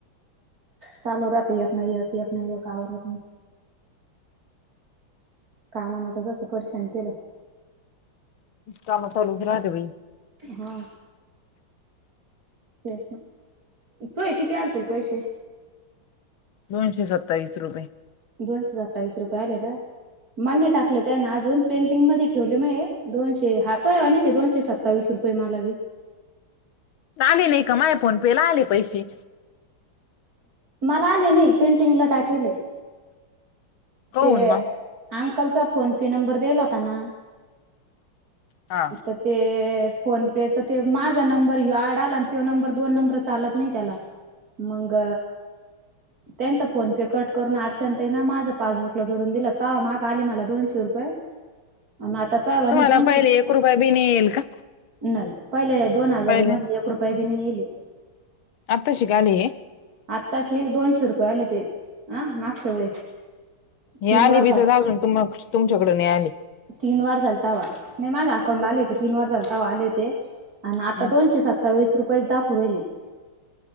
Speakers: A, on the right; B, on the left.
A: चालु राते एक ना एक एक ना एक आवरत नाही. कामाना तर जसं परेशान केलं.
B: काम चालूच राहतात बाई
A: हा तेच ना तोय किती आलतील पैसे?
B: दोनशे सत्तावीस रुपये.
A: दोनशे सत्तावीस रुपये आले का मालने टाकलेत आहे ना अजून. पेंटिंग मध्ये ठेवले म दोनशे हातो आहे आणि ते दोनशे सत्तावीस रुपये मलावी.
B: आले नाही का? माय फोन पे ला आले पैसे.
A: मला आले नाही पेंटिंगला टाकले.
B: कहून
A: ते
B: मग
A: अंकलचा फोन पे नंबर दिला होता ना.
B: हा
A: तर ते फोन पेचा ते माझा नंबर हि आड आला आणि तो नंबर दोन नंबर चालत नाही त्याला मग त्यांचा फोन पे कट करून अडचण ना माझ पासबुकला जोडून दिला त माग आली मला दोनशे रुपये आता तर आणि
B: तुम्हाला
A: दोनशे
B: पहिले एक रुपया बी नाही येईल का
A: नाही पहिले दोन हजार
B: पहिले
A: मधले एक रुपय बी नाही येले
B: आत्ता शिकाली
A: आत्ता अशी दोनशे रुपये आली त अं मागशे वेळेस
B: हे
A: तीन
B: आली
A: वार
B: भीथर
A: झाल.
B: जाऊून त तुमच्याकड नाही आली
A: तीन वार झालं तावा नाही माझा अकवंड आले होते तीन वार चालतावा आले होते आणि आता
B: हम्म.
A: दोनशे सत्तावीस रुपयेच दाखवून राले